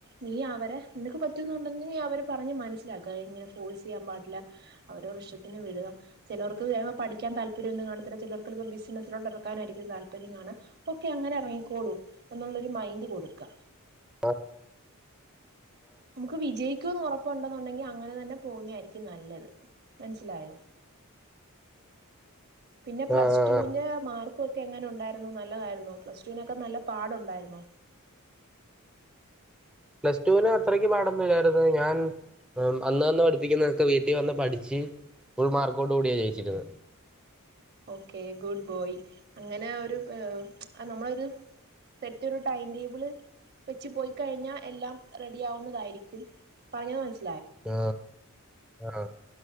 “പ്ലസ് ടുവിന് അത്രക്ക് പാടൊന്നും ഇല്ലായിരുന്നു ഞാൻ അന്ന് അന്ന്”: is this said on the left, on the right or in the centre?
Centre